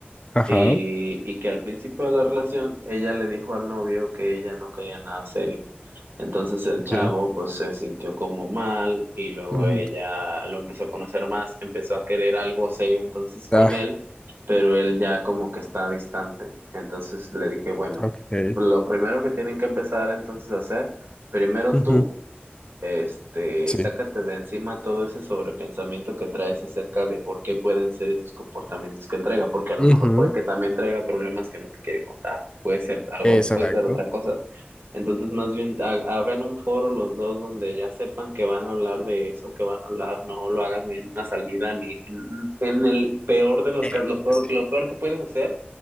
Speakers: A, on the left (about 25°); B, on the right (about 65°).
A: Ajá.
B: y, y que al principio de la relación ella le dijo al novio que ella no quería nada serio. Entonces el
A: Ok.
B: chavo pues se sintió como mal y luego
A: Ujú.
B: ella lo empezó a conocer más, empezó a querer algo serio entonces con
A: Ah,
B: él, pero él ya como que está distante. Entonces le dije, bueno,
A: ok.
B: lo primero que tienen que empezar entonces a hacer, primero
A: Ujú.
B: tú. Este,
A: Sí.
B: sácate de encima todo ese sobrepensamiento que traes acerca de por qué pueden ser esos comportamientos que él traiga, porque a lo mejor
A: Ujú.
B: puede que también traiga problemas que no te quiere contar, puede ser algo,
A: Exacto.
B: te puede ser otra cosa. Entonces, más bien, ha- hagan un foro los dos donde ya sepan que van a hablar de eso, que van a hablar, no lo hagas ni en una salida, ni en, en el peor de los
A: Eh,
B: casos, lo peor,
A: sí.
B: lo peor que puedes hacer